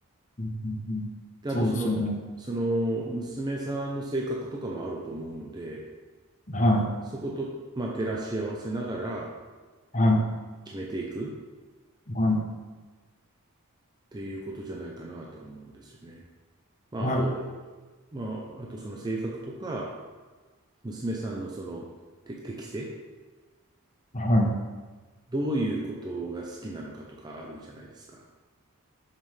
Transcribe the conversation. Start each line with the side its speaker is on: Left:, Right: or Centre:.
Left: うん、うんうんそうですよね。
Right: で、あとその、その娘さんの性格とかもあると思うので、
Left: はい、
Right: そこと、まあ、照らし合わせながら
Left: はい、
Right: 決めていくっ
Left: はい、
Right: ていうことじゃないかなと思うんですよね。まあ、
Left: はい、
Right: あと、まあ、あとその性格とか、娘さんのその、て適性
Left: はい。
Right: どういうことが好きなのかとかあるじゃないですか。